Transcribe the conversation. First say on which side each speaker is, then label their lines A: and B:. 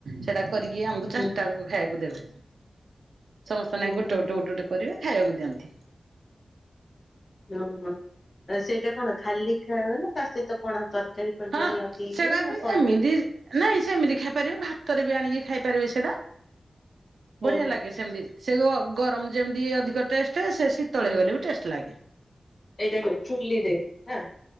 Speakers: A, on the right; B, on the left.
A: ସେଟା କରିକି ଇଏ ଆମକୁ ଚାରିଟା
B: ହୁଁ ହୁଁ।
A: ବେଳକୁ ଖାଇବାକୁ ଦେବେ ସମସ୍ତେ ନାଗି
B: ଓ
A: ଗୋଟେ
B: ହୋ
A: ଗୋଟେ
B: ହୋ
A: ଗୋଟେ
B: ହୋ
A: ଗୋଟେ କରିବେ ଖାଇବାକୁ ଦିଅନ୍ତି।
B: ଓହୋ ଆଉ ସେଇଟା କଣ ଖାଲି ଖାଇବ ନା ତା ସହିତ କଣ ତର ତରକାରୀ ଫରକାରୀ
A: ହଁ
B: ଲଗେଇକି
A: ସେଟା
B: ନା
A: ବି
B: କଣ?
A: ଏମିତି ନାଇଁ ସେମିତି ଖାଇପାରିବେ ଭାତରେ ବି ଆଣିକି ଖାଇ ପାରିବେ ସେଟା ବଢିଆ
B: ଓହୋ
A: ଲାଗେ
B: ହୋ
A: ସେମିତି। ସେ ଗରମ ଯେମିତି ଅଧିକ ଟେଷ୍ଟ ସେ ଶୀତଳ ହେଇଗଲେ ବି ଟେଷ୍ଟ ଲାଗେ।
B: ଏଇଟା ଚୁଲ୍ଲିରେ ହୁଏ ନାଁ?